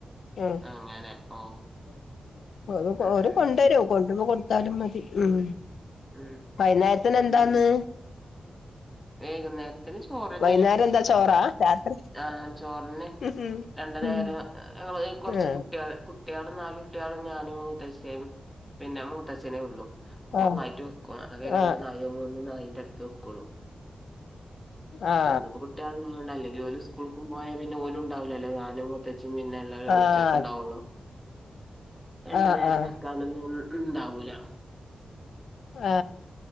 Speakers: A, on the left; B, in the centre.
A: ഏഹ്
B: അങ്ങനെ ഓ
A: <unintelligible>
B: ഉം
A: ഓര്
B: ഉം
A: കൊണ്ടേരും കൊ <unintelligible> കൊട്ത്താലും മതി ഉം
B: ഉം
A: വൈ ന്നാരത്തിനെന്താന്ന്
B: ഉം വൈകുന്നേരത്തിന് ചോറെന്നെ
A: വൈകുന്നേരം എന്താ ചോറാ രാത്രി
B: ആഹ് ചോറെന്നെ
A: ഉം
B: രണ്ട് നേരം
A: ഉം
B: ഞങ്ങള് കൊർച്ച്
A: ആ
B: കുട്ട്യോള് കു കുട്ട്യാളും നാല് കുട്ട്യാളും ഞാനും മൂത്തച്ചിം പിന്നെ മൂത്തച്ഛനേ ഒള്ളൂ
A: ആ
B: ഒന്നായിട്ട് വെക്കും ആകെ രണ്ട്
A: ആ
B: നായോ മൂന്ന് നായിൻ്റട്ത്ത് ക്കെ ക്കൊള്ളൂ
A: ആഹ്
B: ഇന്ന്പ്പോ കുട്ട്യാള് ള്ളതോണ്ട അല്ലെങ്കി ഓല് സ്കൂൾക്കും പോയാ പിന്നെ ഓലു ണ്ടാവൂല്ലല്ലോ ഞാനും മൂത്തച്ചിം പിന്നെ എല്ലാരു
A: ആ
B: ഉച്ചെ ച്ചെക്ക്ണ്ടാവൊള്ളൂ രണ്ട്
A: ആഹ്
B: നേരം
A: ആഹ്
B: വെക്കാനൊന്നും ഇണ്ടാവൂലാ
A: പാ